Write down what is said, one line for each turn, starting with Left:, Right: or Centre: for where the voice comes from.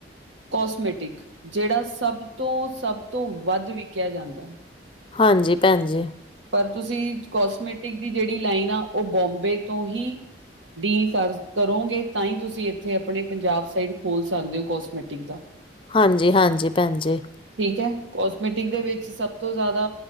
Right: ਕੋਸਮੈਟਿਕ ਜਿਹੜਾ ਸਭ ਤੋਂ ਸਭ ਤੋਂ ਵੱਧ ਵਿਕਿਆ ਜਾਂਦਾ ਹੈ।
Left: ਹਾਂਜੀ, ਭੈਣ ਜੀ।
Right: ਪਰ ਤੁਸੀਂ ਕੋਸਮੈਟਿਕ ਦੀ ਜਿਹੜੀ ਲਾਈਨ ਆ, ਉਹ ਬੋਂਬੇ ਤੋਂ ਹੀ ਡੀਲ ਕਰ ਕਰੋਗੇ, ਤਾਂ ਹੀ ਤੁਸੀਂ ਇੱਥੇ ਆਪਣੇ ਪੰਜਾਬ ਸਾਈਡ ਖੋਲ ਸਕਦੇ ਹੋ ਕੋਸਮੈਟਿਕ ਦਾ।
Left: ਹਾਂਜੀ, ਹਾਂਜੀ ਭੈਣ ਜੀ।
Right: ਠੀਕ ਹੈ, ਕੋਸਮੈਟਿਕ ਦੇ ਵਿੱਚ ਸਭ ਤੋਂ ਜ਼ਿਆਦਾ